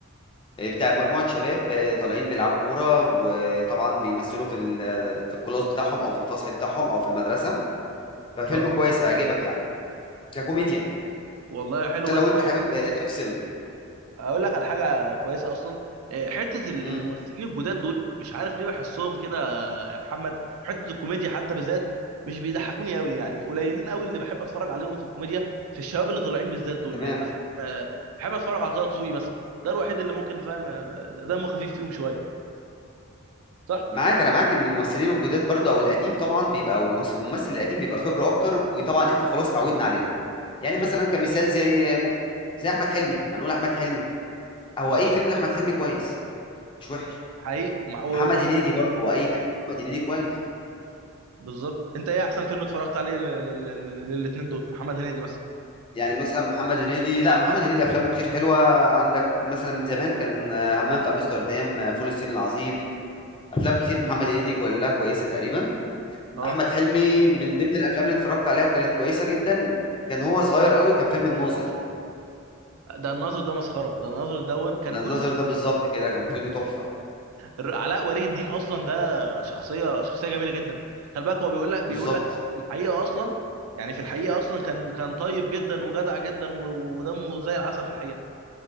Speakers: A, on the left; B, on the right.
A: آه، بتاع مجموعه شباب آه، طالعين بيلعبوا كوره وطبعا بيمثلوا في ال- في الكلاس بتاعهم او في الفصل بتاعهم او في المدرسه ففيلم
B: اه
A: كويس هيعجبك يعني ككوميديا
B: والله حلو
A: ده
B: بس
A: لو انت
B: انا اقول
A: حابب
B: لك
A: آه، تفصل
B: اقول لك على حاجه كويسه اصلا آه، حته الممثلين
A: امم
B: الجداد دول مش عارف ليه بحسهم كده يا محمد حته الكوميديا حتى بالذات مش بيضحكوني قوي يعني قليلين قوي اللي بحب اتفرج عليهم في الكوميديا في الشباب اللي طالعين بالذات دول
A: تمام
B: يعني مثلا آه، بحب اتفرج على طه دسوقي مثلا ده الوحيد اللي ممكن فاهم آه، دمه خفيف فيهم شويه صح
A: معاك أنا معاك إن الممثلين الجداد برضه أو القديم طبعًا بيبقى أو الممس- الممثل القديم بيبقى خبرة أكتر وطبعًا إحنا خلاص اتعودنا عليهم، يعني
B: امم
A: مثلًا كمثال زي م زي أحمد حلمي، هنقول أحمد حلمي هو
B: بالظبط
A: أي فيلم لأحمد حلمي كويس مش وحش،
B: حقيقي ومع- ومحمد
A: محمد هنيدي برضه هو أي فيلم لأحمد هنيدي كويس،
B: بالظبط انت ايه احسن فيلم اتفرجت عليه للاثنين دول محمد هنيدي مثلا
A: يعني مثلًا محمد هنيدي لأ محمد هنيدي أفلامه كتير حلوة عندك مثلًا من زمان كان آه، همام في أمستردام، آه، فول الصين العظيم، أفلام كتير محمد هنيدي كلها كويسة تقريبًا.
B: اه
A: احمد حلمي من ضمن الافلام اللي اتفرجت عليها وكانت كويسه جدا كان هو صغير قوي كان فيلم الناظر
B: ده الناظر ده مسخره ده الناظر دون كان
A: لان
B: كل
A: الناظر
B: اللي
A: ده بالظبط كده كان فيلم تحفه
B: الر- علاء ولي الدين اصلا ده شخصيه شخصيه جميله جدا خلي بالك هو بيقول لك
A: بالظبط
B: بيقول لك في ال- في الحقيقه اصلا يعني في الحقيقه اصلا كان كان طيب جدا وجدع جدا و- و- ودمه زي العسل في الحقيقه